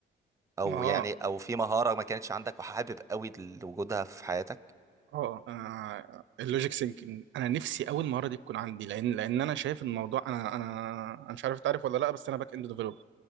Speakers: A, on the right; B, on the right.
A: او
B: ما هو
A: يعني او في مهارة ما كانتش عندك وحابب قوي لوجودها في حياتك
B: اه آه، اللوجيك سينكينج انا نفسي اول مهاره دي تكون عندي لان لان انا شايف الموضوع انا انا انا مش عارف تعرف ولا لا بس انا باك اند ديفلوبر